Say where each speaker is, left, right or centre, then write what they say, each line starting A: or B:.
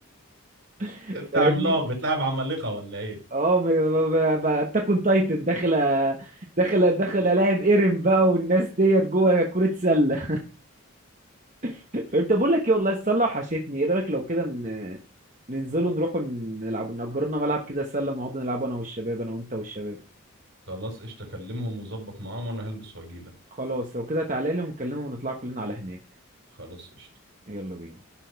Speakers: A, on the right (about 35°); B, on the right (about 60°).
A: <laughs>
B: بتاع
A: فاهمني
B: عملاق بتلعب عمالقة ولا ايه
A: اه بتكون تايتن داخل داخل داخل الاعب ايرن بقى والناس ديت جوه كرة سلة <laughs> فانت بقول لك ايه والله السلة وحشتني ايه رأيك لو كده ن- ننزلوا نروحوا نلعبوا نأجرنا ملعب كده سلة نقعد نلعبوا انا والشباب انا وانت والشباب
B: خلاص قشطة كلمهم وظبط معاهم وانا هلبس واجيلك
A: خلاص لو كده تعالى لي ونكلمه ونطلع كلنا على هناك
B: خلاص قشطة
A: يلا بينا